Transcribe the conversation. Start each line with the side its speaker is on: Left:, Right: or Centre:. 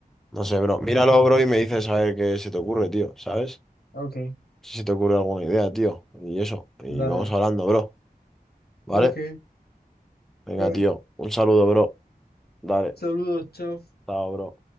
Centre: No sé, bro. Míralo, bro, y me dices a ver qué se te ocurre, tío, ¿sabes?
Left: Ok,
Centre: Si se te ocurre alguna idea, tío. Y eso. Y
Left: dale.
Centre: vamos hablando, bro. ¿Vale?
Left: Ok,
Centre: Venga,
Left: vale.
Centre: tío. Un saludo, bro. Dale.
Left: Saludos, chao.
Centre: Chao, bro.